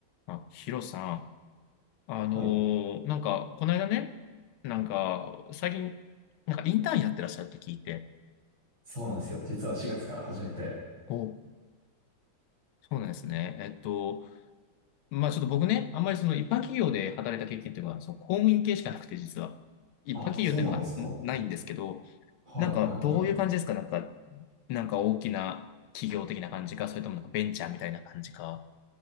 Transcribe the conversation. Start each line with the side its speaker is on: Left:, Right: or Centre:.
Left: あ、ヒロさん。あのーなんか、
Right: はい。
Left: この間ね、なんか、最近、なんかインターンやってらっしゃるって聞いて。
Right: そうなんですよ。実は4月から始めて。
Left: お、そうなんですね。えっと、まあちょっと僕ね、あんまりその一般企業で働いた経験というか、その公務員系しかなくて、実は。一般企業っていうのがんないんですけど、
Right: あ、そうなんですかはいはいはい。
Left: なんか、どういう感じですかなんか、なんか大きな企業的な感じか、それともなんかベンチャーみたいな感じか、